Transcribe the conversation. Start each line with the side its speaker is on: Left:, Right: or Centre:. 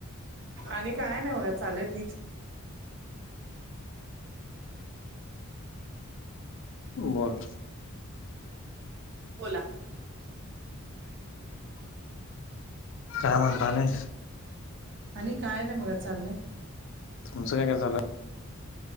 Right: आणि काय नाही होला चालेल ठीक.
Left: बोल.
Right: बोला.
Left: काय म्हणता नाही.
Right: आणि काय नाही बघा चालय.
Left: तुमं काय झालं.